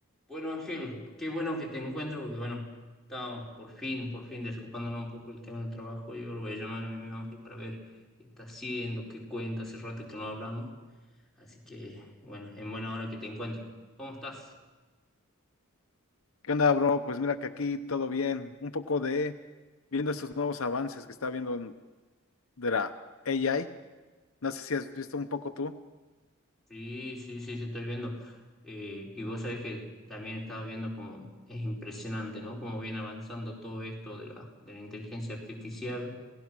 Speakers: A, in the centre; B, on the left.
A: Bueno, Ángel, qué bueno que te encuentro porque, bueno, estaba por fin, por fin desocupándonos un poco el tema del trabajo. Yo lo voy a llamar a mi amigo Ángel para ver qué está haciendo, qué cuenta, hace rato que no hablamos. Así que, bueno, en buena hora que te encuentro. ¿Cómo estás?
B: ¿Qué onda, bro? Pues mira que aquí todo bien. Un poco de viendo estos nuevos avances que está viendo en- de la AI. No sé si has visto un poco tú.
A: Sí, sí, sí, sí, estoy viendo. Eh, y vos sabés que también estaba viendo como es impresionante, ¿no? Cómo viene avanzando todo esto de la, de la inteligencia artificial